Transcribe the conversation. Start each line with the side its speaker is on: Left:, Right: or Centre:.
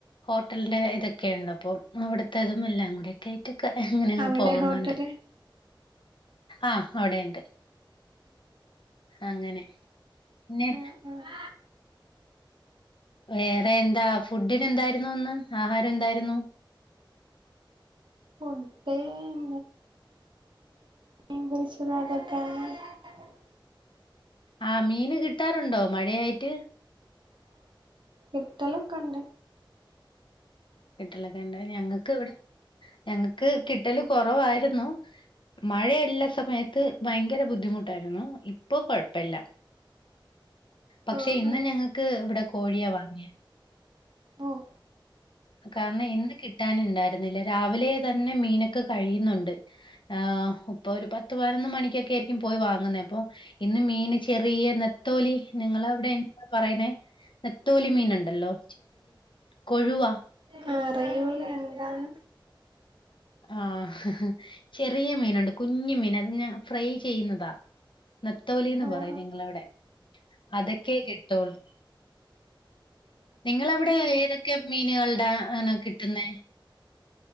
Left: ഹോട്ടലിന്റെ ഇതൊക്കെഉണ്ട് അപ്പൊ അവിടുത്തെതും എല്ലാം കൂടെഒക്കെ ആയിട്ട് ക്കെ അങ്ങനെങ്ങ്
Right: അവിടെ
Left: പോകുന്നുണ്ട്
Right: ഹോട്ടല്
Left: ആഹ് അവിടെണ്ട് അങ്ങനെ പിന്നെ
Right: ആഹ് ആഹ്
Left: വേറെ എന്താ ഫുഡ്‌ന് എന്തായിര്ന്നു ഇന്ന് ആഹാരം എന്തായിര്ന്നു
Right: മുട്ടേം <unintelligible>
Left: ആ മീന് കിട്ടാറുണ്ടോ മഴയായിട്ട്
Right: കിട്ടല ഒണ്ട്
Left: കിട്ടലൊക്കെണ്ട് ഞങ്ങക്ക് ഇവിടെ ഞങ്ങക്ക് കിട്ടൽ കുറവായിര്ന്നു മഴയ്ള്ള സമയത്ത് ഭയങ്കര ബുദ്ധിമുട്ടായിര്ന്നു ഇപ്പൊ കൊഴപ്പഇല്ല പക്ഷെ
Right: ആഹ്
Left: ഇന്ന്
Right: ആഹ്
Left: ഞങ്ങൾക്ക് ഇവിടെ കോഴിയാ വാങ്ങിയെ
Right: ഓഹ്
Left: കാരണം ഇന്ന് കിട്ടാൻ ഉണ്ടായിരുന്നില്ല രാവിലെ തന്നെ മീനൊക്കെ കഴിയുന്നുണ്ട് ആ ഇപ്പൊ ഒരു പത്ത് പതിനൊന്ന് മണിക്കൊക്കെ ആയിരിക്കും പോയി വാങ്ങുന്നത് അപ്പൊ ഇന്ന് മീൻ ചെറിയ നെത്തോലി നിങ്ങളവിടെ പറയണേ നെത്തോലി മീന് ഉണ്ട് ഹലോ കൊഴുവ
Right: ആഹ് അറിയു ല്ല എന്താണ്
Left: ആഹ് ചെറിയ മീനുണ്ട് കുഞ്ഞു മീൻ അത് ഞാൻ ഫ്രൈ ചെയ്യുന്നതാ നത്തോലിന്ന്
Right: ആഹ്
Left: പറയും ഞങ്ങളവിടെ അതൊക്കെ <unintelligible> നിങ്ങൾ അവിടെ ഏതൊക്കെ മീനുകളുടെ ആണ് കിട്ട കിട്ടുന്നെ